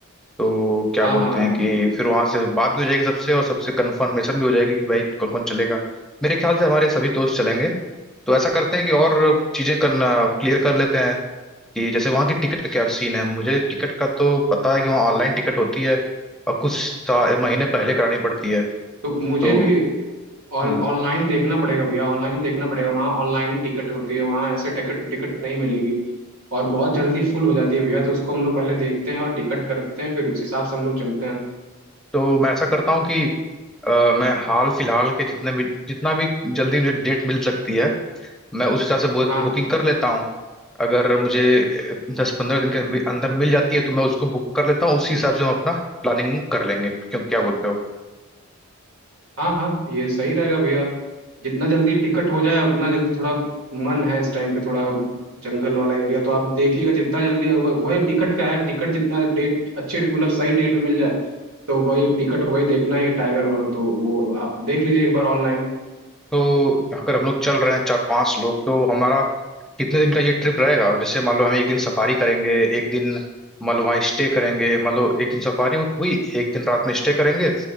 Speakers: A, in the centre; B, on the right.
A: तो क्या
B: हाँ
A: बोलते
B: हाँ
A: हैं
B: हाँ
A: कि फिर वहां से बात भी हो जाएगी सबसे और सबसे कंफर्मेशन भी हो जाएगी कि भाई कौन कौन चलेगा मेरे ख्याल से हमारे सभी दोस्त चलेंगे तो ऐसा करते हैं कि और चीजें करना क्लियर कर लेते हैं कि जैसे वहाँ की टिकट का क्या सीन है मुझे टिकट का तो पता है कि वहाँ ऑनलाइन टिकट होती है और कुछ सा- महीने पहले करानी पड़ती है
B: तो मुझे
A: तो
B: भी ऑन
A: हम्म
B: ऑनलाइन देखना पड़ेगा भैया ऑनलाइन देखना पड़ेगा वहाँ ऑनलाइन टिकट होती है वहाँ ऐसे टिकट टिकट नहीं मिलेगी और बहुत जल्दी फुल हो जाती है भैया तो उसको हम लोग पहले देखते हैं और टिकट करते हैं फिर उस हिसाब से हम लोग चलते हैं
A: तो मैं ऐसा करता हूँ कि अ, मैं हाल फिलहाल के जितने भी जितना भी जल्दी मुझे डेट मिल सकती है मैं उस हिसाब से बुक,
B: हाँ
A: बुकिंग कर लेता हूँ अगर मुझे दस पंद्रह दिन के अंदर अंदर मिल जाती है तो मैं उसको बुक कर लेता हूँ उसी हिसाब से हम अपना प्लानिंग कर लेंगे क्यों क्या बोलते हो
B: हाँ हाँ ये सही रहेगा भैया जितना जल्दी टिकट हो जाए उतना जल्दी थोड़ा मन है इस टाइम पे थोड़ा जंगल वाला एरिया तो आप देखिएगा जितना जल्दी अगर- वही टिकट का है टिकट जितना डेट अच्छे मतलब सही डेट पे मिल जाए तो वही टिकट वही देखना ही है टाइगर और तो वो आप देख लीजिए एक बार ऑनलाइन
A: तो अगर हम लोग चल रहे हैं चार पांच लोग तो हमारा कितने दिन का ये ट्रिप रहेगा जैसे मान लो हम एक दिन सफारी करेंगे एक दिन मान लो वहाँ स्टे करेंगे मान लो एक दिन सफारी हुई एक दिन रात में स्टे करेंगे